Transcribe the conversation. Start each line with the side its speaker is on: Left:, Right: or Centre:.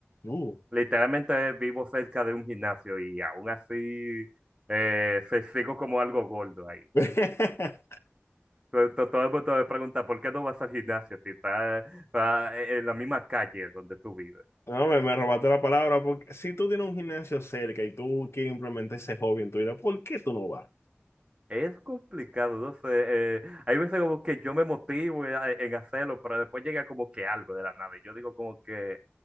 Left: Uh.
Right: Literalmente vivo cerca de un gimnasio y aún así eh, se- sigo como algo gordo ahí.
Left: <laughs>
Right: To- to- Todo el mundo me pregunta, ¿por qué no vas al gimnasio si estás estás en la misma calle donde tú vives?
Left: No, me, me robaste la palabra, porque si tú tienes un gimnasio cerca y tú quieres implementar ese hobby en tu vida, ¿por qué tú no vas?
Right: Es complicado, no sé. eh, hay veces como que yo me motivo en en hacerlo, pero después llega como que algo de la nada. y Yo digo como que